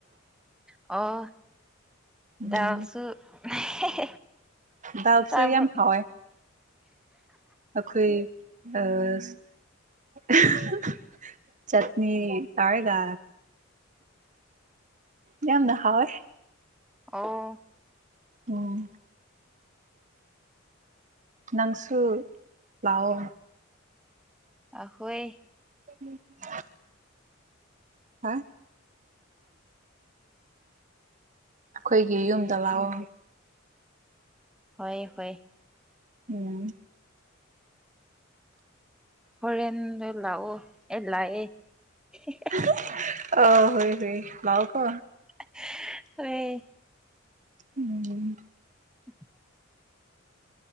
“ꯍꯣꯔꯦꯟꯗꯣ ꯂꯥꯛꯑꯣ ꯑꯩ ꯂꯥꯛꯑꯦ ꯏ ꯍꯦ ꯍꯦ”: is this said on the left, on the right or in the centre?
Centre